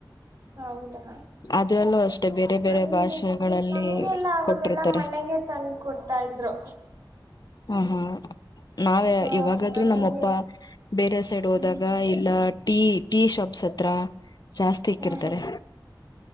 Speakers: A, on the right; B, on the left.
A: ಹೌದಾ
B: ಅದ್ರಲ್ಲೂ ಅಷ್ಟೆ ಬೇರೆ ಬೇರೆ
A: ನಮಗೆ
B: ಭಾಷೆಗಳಲ್ಲಿ
A: ನಮ್ಗೆಲ್ಲ ಆಗ
B: ಕೊಟ್ಟಿರ್ತಾರೆ
A: ಅದೆಲ್ಲಾ ಮನೆಗೆ ತಂದು ಕೊಡ್ತಾ ಇದ್ರು
B: ಹಾ ಹಾ ನಾವೇ
A: ಹ
B: ಇವಾಗಾದ್ರೂ
A: ಮನೆಗೆ
B: ನಮ್ಮಪ್ಪ ಬೇರೆ ಸೈಡ್ ಹೋದಾಗ
A: ಹ್ಮ್
B: ಇಲ್ಲ ಟೀ ಟೀ ಶಾಪ್ಸ್ ಹತ್ರ ಜಾಸ್ತಿ ಇಕ್ಕಿರ್ತಾರೆ
A: ಹಾ